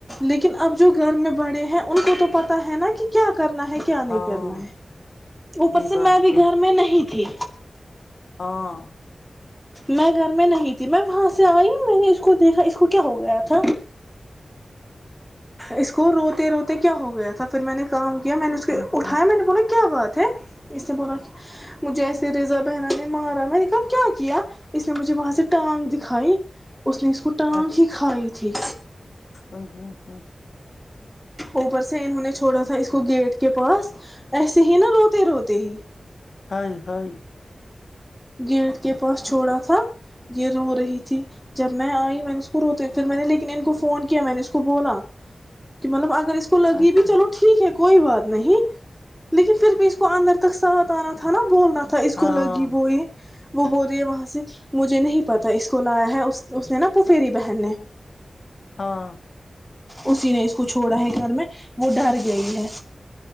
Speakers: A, in the centre; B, on the left (about 75°).
A: لیکن اب جو گھر میں بڑے ہیں ان کو تو پتاہ ہے نا کہ کیا کرنا ہے کیا نہیں
B: ہاں
A: کرنا ہے اوپر
B: یہ
A: سے
B: بات
A: میں بھی
B: تو
A: گھر میں نہیں پھی
B: ہاں
A: میں گھر میں نہیں تھی میں وہاں سے آئی میں نے اس کو دیکھا اس کو کیا ہو گیا تھا اس کو روتے روتے کیا ہو گیا تھا پھر میں نے کہا کیا میں نے اس کے
B: ہوں ہوں
A: اٹھایا میں نے بولا کیا بات ہے اس نے بولا کیا مجھے ایسے رزا بحر نے مارا میں نے کہا کیا کیا اس نے مجھے وہاں سے ٹانگ دکھائی اس نے اس کو ٹانگ
B: اچھا
A: ہی کھائی تھی
B: ہوں ہوں ہوں
A: اوپر سے انہوں نے چھوڑا تھا اس کو گیٹ کے پاس ایسے ہی نا روتے روتے ہی
B: ہ ہ <unintelligible>
A: گیٹ کے پاس چھوڑا تھا یہ رو رہی تھی جب میں آئی میں نے اس کو روتے پھر میں نے لیکن ان کو فون کیا میں نے اس کو بولا کہ مطلب ا اس کو لگی
B: اچھا
A: بھی چلو ٹھیک ہے کوئی بات نہیں لیکن پھر بھی اس کو اندر تک ساتھ آنا تھا نا بولنا تھا اس کو
B: ہاں
A: لگی وہو یہ وہ ب رہی ہے وہاں سے مجھے نہیں پتا اس کو لایا ہے اس نے نا پفیری بہن نے
B: ہاں
A: اسی نے اس کو چھوڑا ہے گھر میں وہ ڈر گئی ہے